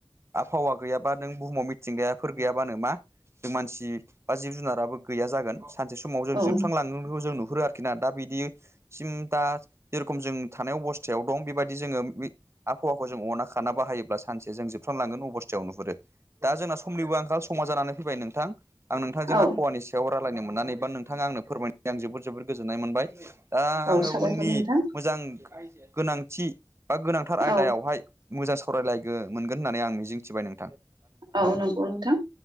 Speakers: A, on the right; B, on the right.
A: आबहावा गैयाबा नों बुहुमाव मिथिंगायाफोर गैयाबा नों मा जों मानसि बा जिब जुनाराबो गैया जागोन सानसे स समाव जों
B: औ
A: जोबस्रांलांगोनखौ जों नुहुरो आरोखि ना दा बिदि सिम दा जे रखम जों थानाय अबस्थायाव दं बेबायदि जोङो आबहावाखौ जों अना खा साना बाहायोब्ला सानसे जों जोबस्रांलांगोन अबस्थायाव नुहुरो। दा जोंना समनिबो आंखाल समा जानानै फैबाय नोंथां आं नोंथांजों
B: औ
A: आबहावानिसो सायाव रायलायनो मोननानै नोंथाङा आंनो फोरमायनाय आं जोबोद जोबोद गोजोननाय मोनबाय। दा
B: औ
A: आङो
B: साबायखर
A: उननि
B: नोंथां
A: मोजां गोनांथि बा गोनांथार आयदायावहाय
B: औ
A: मोजां सावरायलायगोन मोनगोन होननानै आं मिजिंथिबाय नों
B: औ नंगौ नोंथां